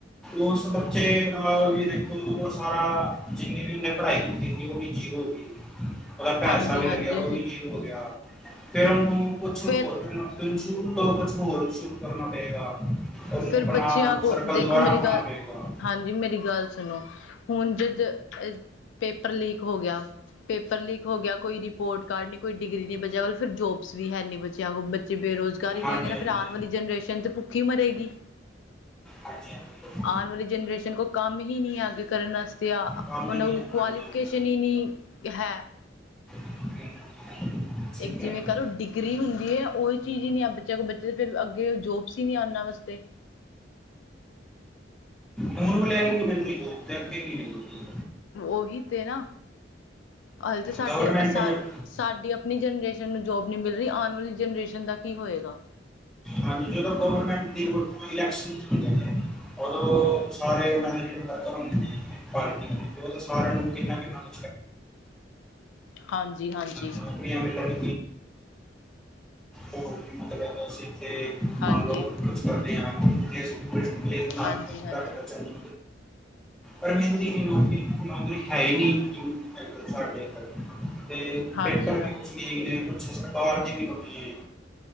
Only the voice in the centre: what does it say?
ਉਸ ਬੱਚੇ ਨਾਲ ਵੀ ਦੇਖੋ ਉਹ ਸਾਰਾ ਜਿੰਨੀ ਵੀ ਉਹਨੇ ਪੜ੍ਹਾਈ ਕੀਤੀ ਸੀ ਉਹ ਵੀ ਜੀਰੋ। ਉਹਦਾ ਪੈਸਾ
ਵੀ
ਲੱਗਿਆ, ਉ ਵੀ ਜੀਰੋ ਹੋ ਗਿਆ। ਫਿਰ ਉਹਨੂੰ ਕੁਛ ਹੋਰ
ਕਰਨ ਵਸਤੇ ਸ਼ੁਰੂ ਤੋਂ ਕੁਛ ਹੋਰ ਸ਼ੁਰੂ ਕਰਨਾ ਪਏਗਾ। ਉਹਨੂੰ
ਆਪਣਾ
ਸਰਕਲ
ਦੁਬਾਰਾ
ਬਣਾਣਾ
ਪਏਗਾ।
ਹਾਂਜੀ
ਹਾਂਜੀ
ਹਾਂਜੀ-ਹਾਂਜੀ।
ਕੰਮ ਨਹੀਂ
ਹੈ
ਹਾਂਜੀ ਹਾਂਜੀ
<unintelligible> ਸਹੀ
ਕਹਿ
ਰਹੇ ਹੋ।
ਹੁਣ ਵਾਲਿਆਂ ਨੂੰ ਨੀ ਮਿਲਦੀ ਜੋਬ ਤੇ ਅੱਗੇ ਕੀ ਮਿਲੂਗੀ।
ਗਵਰਨਮੈਂਟ
ਹਾਂਜੀ, ਜਦੋਂ ਗੌਰਮੈਂਟ ਦੀ ਲੋਣ ਇਲੈਕਸ਼ਨ ਚ ਉਦੋਂ ਸਾਰੇ ਉਹਨਾਂ ਦੇ ਜਿਹੜੇ ਵਰਕਰ ਹੁੰਦੇ ਨੇ ਪਾਰਟੀ ਉਹਦੋ ਸਾਰਿਆਂ ਨੂੰ ਕਿੰਨਾ-ਕਿੰਨਾ <unintelligible>
ਨੌਕਰੀਆਂ ਮਿਲਣ ਹੋਰ ਮਤਲਬ ਅਸੀਂ ਤੇ ਮੰਨ
ਲਓ ਕੁਛ ਕਰਦੇ ਹਾਂ, ਉਥੇ ਅਸੀਂ ਟੂਰਿਸਟ ਪਲੇਸ ਬਣਾ
ਲਾਂਗੇ
ਘੱਟ ਬਣ ਅਰੇ ਮਿਲਦੀ ਨੀ ਨੌਕਰੀ- ਨੌਕਰੀ ਹੈ ਹੀ ਨੀ। ਬਿਲਕੁਲ, ਸਾਡੇ ਏ ਤੇ
ਪੇਪਰ
ਵੀ ਕੁਛ ਲੀਕ ਨੇ ਕੁਛ <unintelligible> ਕਮੀ ਏ।